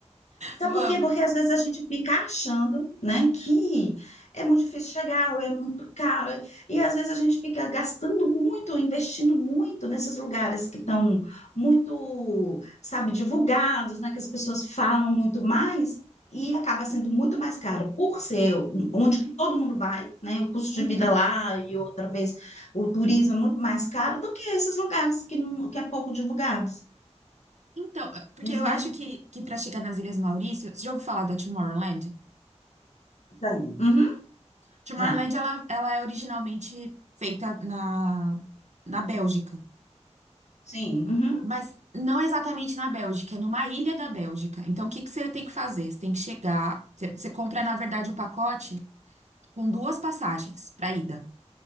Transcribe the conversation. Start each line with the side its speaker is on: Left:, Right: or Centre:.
Left: Sabe
Right: Vamos.
Left: por quê? Porque às vezes a gente fica achando, né, que é muito difícil chegar, ou é muito caro, é- e às vezes a gente fica gastando muito, investindo muito nesses lugares que estão muito, sabe, divulgados, né, que as pessoas falam muito mais, e acaba sendo muito mais caro por ser um, onde que todo mundo vai, né, o custo
Right: Uhum.
Left: de vida lá e outra vez o turismo é muito mais caro do que esses lugares que, não, que é pouco divulgados.
Right: Então, eh, porque
Left: A gente
Right: eu
Left: vai.
Right: acho que, que para chegar nas Ilhas Maurício, você já ouviu falar da Tomorrowland?
Left: Uhum,
Right: Tomorrowland,
Left: já.
Right: ela, ela é originalmente feita na, na Bélgica,
Left: Sim. uhum.
Right: mas não exatamente na Bélgica, é numa ilha da Bélgica. Então, o que que você tem que fazer? Você tem que chegar, você, você compra, na verdade, o pacote com duas passagens para ida.